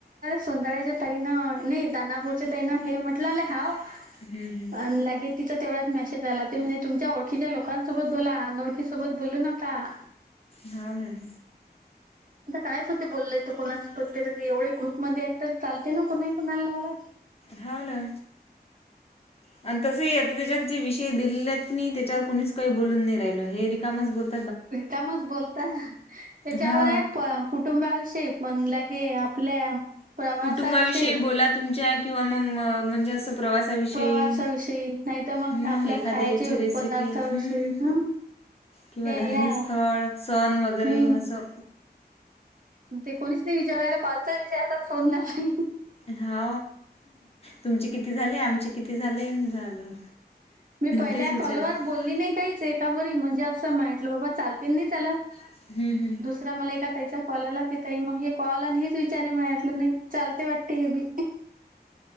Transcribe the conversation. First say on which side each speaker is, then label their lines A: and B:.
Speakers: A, on the right (about 50°); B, on the left (about 35°).
A: सोनळ्याच्या ताईनं नाही, दानापूरच्या ताईनं हे म्हटलं
B: हम्म,
A: हा.
B: हम्म.
A: अ लागे. तिचा तेवढ्यात मेसेज आला ते म्हणजे, तुमच्या ओळखीच्या लोकांसोबत बोला अ ओळखी सोबत बोलू नका.
B: हा मॅम!
A: आता कायच होते बोललय कोणा प ते एवढे ग्रुपमध्येध्ये आहेत चालते ना, कोणाही कोणाला लावला.
B: हा ना.
A: <inaudible>
B: आणि तसही आता त्याच्यात जे विषय दिलेत, की नाही त्याच्यावर कुणीच काही बोलून नाही राहिल, हे रिकामच बोलत.
A: रिकामच बोलत त्याच्यावर
B: हा
A: आहे प कुटुंबाविषयी म्हणलं की आपल्या प्रवासाविषयी
B: कुटुंबाविषयी बोला, तुमच्या किंवा मग म्हणजे असं. प्रवासाविषयी,
A: प्रवासाविषयी नाही तर मग
B: हम्म
A: आपल्या
B: एखाद्या
A: खायचे
B: याची रेसिपी
A: पदार्थाविषयी
B: हम्
A: ह
B: किंवा
A: ते
B: धार्मिक
A: या
B: स्थळ सण वगैरे
A: हम्म
B: असं
A: ते कोणीच नाही, विचारायला कालचा विषय आताच सोडणार नाही.
B: हा तुमचे किती झाले, आमचे किती झाले झालं!
A: मी पहिल्या
B: तेच विचारतात
A: कॉलवर बोलली नाही काहीच एका बरी म्हणजे, असं म्हहटलं बाबा चालते नाही चालात.
B: हम्म हम्म.
A: रा मला एका त्याचा कॉलला तिथई, मग हे कॉल आणि हेच विचार मिळाटलं नाही चालते वाटते हे बी.